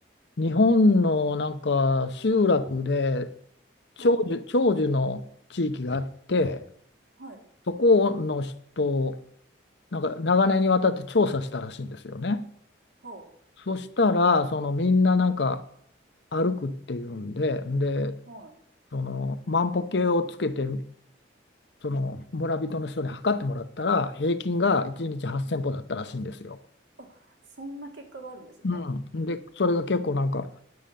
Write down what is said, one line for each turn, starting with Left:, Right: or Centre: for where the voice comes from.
Left: 日本のなんか集落で長寿、
Right: はい。
Left: 長寿の地域があって、
Right: はい。
Left: そこの人、なんか長年にわたって調査したらしいんですよね。
Right: はい。
Left: そしたら、そのみんななんか歩くっていうんで、で、
Right: はい。
Left: その万歩計をつけてその村人の人に測ってもらったら平均が1日8千歩だったらしいんですよ。
Right: うん。あ、そんな結果があるんですね。
Left: うん、でそれが結構なんか